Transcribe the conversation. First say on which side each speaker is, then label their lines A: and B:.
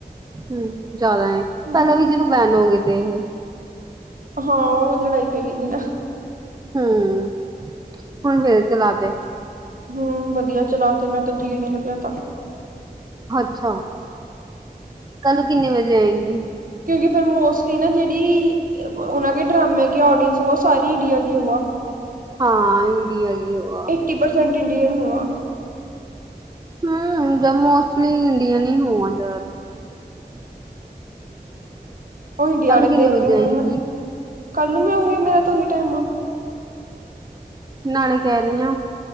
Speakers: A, on the right; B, on the right.
A: ਹਮ ਜ਼ਿਆਦਾ
B: ਹਮ
A: ਪਹਿਲਾਂ ਵੀ ਜਿਹਨੂੰ ਬੈਨ ਹੋ ਗਏ ਤੇ ਇਹ।
B: ਹਾਂ! ਉਹ ਲੜਾਈ ਪੈ ਗਈ ਸੀ ਨਾ।
A: ਹਮ! ਹੁਣ ਫੇਰ ਚਲਾ ਤੇ।
B: ਹਮ ਵਧੀਆ ਚਲਾ ਤੇ, ਮੈਂ ਤਾਂ ਜੀ ਨੀ ਲੱਗਿਆ ਤਾ।
A: ਅੱਛਾ ਕੱਲ ਕਿੰਨੇ ਵਜੇ ਆਏਗੀ
B: ਕਿਉਂਕਿ ਫੇਿਰ ਮੋਸਟਲੀ ਨਾ ਜਿਹੜੀ ਉਹ ਡਰਾਮੇ ਆ ਉਹ ਸਾਰੀ ਇੰਡੀਆ ਦੀ ਹੋ ਆ
A: ਹਾਂ ਇ ਡੀ ਆਈ ਉਹ ਆ
B: ਫਟੀਸੈਂਟ ਇੰਡੀਅਨ ਹੋ ਆ
A: ਹਮ ਜਾਂ ਮੋਸਟਲੀ ਇੰਡੀਅਨ ਹੀ ਹੋਵਾਂ ਜ਼ਿਆਦਾਤਰ
B: ਉਹ ਇੰਡੀਆ
A: ਕੱਲ
B: ਦੇਖਦੇ
A: ਕਿੰਨੇ ਵਜੇ ਆਏਗੀ
B: ਹੋਣੇ ਹਨ ਕੱਲ ਮ ਉਹੀ ਮੇਰਾ ਤਾਂ ਉਹੀ ਟਾਈਮ ਆ
A: ਨਾਲੇ ਕਹਿ ਰਹੀ ਹਾਂ